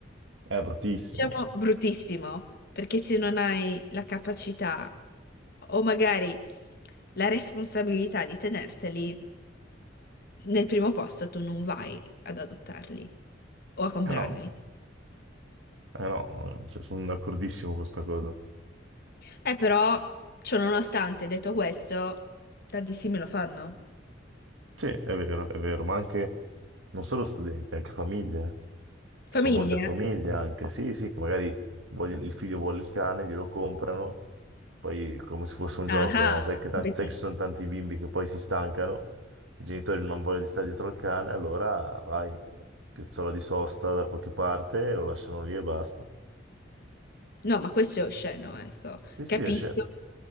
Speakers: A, on the right (about 75°); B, on the left (about 55°).
A: È bruttissimo.
B: diciamo, bruttissimo, perché se non hai la capacità o magari la responsabilità di tenerteli, nel primo posto tu non vai ad adottarli o a comprarli.
A: Eh no, eh no, eh, cioè, sono d'accordissimo con questa cosa.
B: Eh però, ciononostante, detto questo, tantissimi lo fanno.
A: Sì, è vero, è vero, ma anche non solo studenti, anche famiglie. eh.
B: Famiglie?
A: Ci sono molte famiglie anche, sì, sì, che magari voglio- il figlio vuole il cane, glielo comprano, poi come se fosse un
B: Ah,
A: gioco,
B: ah,
A: no? Sai che, tan-
B: competi-
A: sai che ci sono tanti bimbi che poi si stancano, i genitori non vogliono di stare dietro al cane, allora vai, eh, piazzola di sosta da qualche parte, lo lasciano lì e basta.
B: No, ma questo è osceno, ecco.
A: Sì,
B: Capisco,
A: sì, esce.